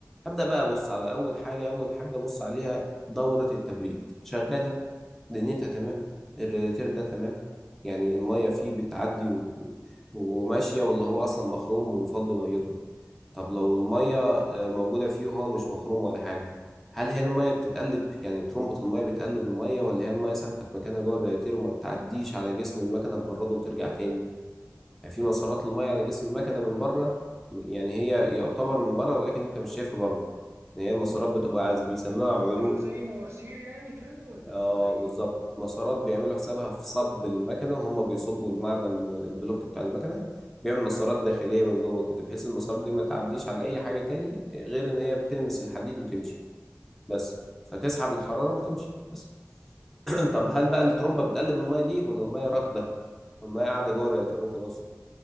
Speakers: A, in the centre; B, on the right.
A: هبدأ بقى ابص على اول حاجة اول حاجة ابص عليها دورة التبريد شغالة دنيتها تمام الرادياتير ده تمام يعني المية فيه بتعدي و... وماشية ولا هو أصلا مخروم ومفضي ميته طب لو المية آه، موجودة فيه وهو مش مخروم ولا حاجة هل هي المية بتتقلب يعني ترمبة المية بتقلب المية ولا هي المية ثابتة في مكانها جوه الرادياتير وما بتعديش على جسم المكنة تبرده وترجع تاني يعني في مسارات المية على جسم المكنة من بره يعني هي يعتبر من بره ولكن أنت مش شايفها برضه يعني هي المسارات بتبقى عايز بيسموها عروق
B: بتبقى زي مواسير يعني كده ولا
A: اه
B: بتبقى إيه؟
A: بالظبط مسارات بيعملوا حسابها في صب المكنه وهم بيصبوا المعدن ب- البلوك بتاع المكنه بيعمل مسارات داخليه من جوه كده بحيث المسارات دي ما تعديش على اي حاجه تاني غير ان هي بتلمس الحديد وتمشي بس فتسحب الحراره وتمشي بس <clears throat> طب هل بقى الترمبه
B: أه،
A: بتقلب الميه دي ولا الميه راكده الميه قاعده جوه الرياتير وخلاص